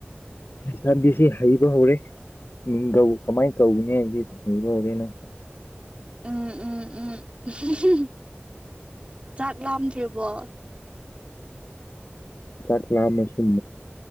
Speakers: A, on the left (about 65°); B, on the right (about 30°).
A: ꯏꯁꯥꯕꯤꯁꯤ ꯍꯩꯕ ꯍꯧꯔꯦ ꯃꯤ ꯀꯃꯥꯏ ꯀꯧꯅꯦ ꯍꯥꯏꯦꯅ
B: ꯎꯝ ꯎꯝ ꯎꯝ ꯆꯥꯛ ꯂꯥꯝꯗ꯭ꯔꯤꯕꯣ
A: ꯆꯥꯛꯂꯥ ꯑꯃꯁꯨ